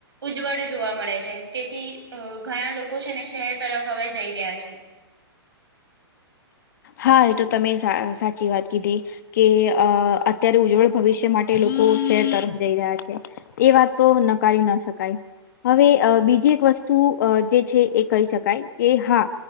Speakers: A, on the right; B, on the left.
A: ઉજ્જવળ જોવા મળે છે તેથી ઘણા લોકો છે ને શહેર તરફ હવે જઈ રહ્યા છે.
B: હા એ તો તમે સાચી વાત કીધી કે અ અત્યારે ઉજ્જવળ ભવિષ્ય માટે લોકો શહેર <unintelligible> તરફ જઈ રહ્યા છે. એ વાત તો નકારી ના શકાય હવે બીજી એક વસ્તુ જે છે એ કહી શકાય કે હા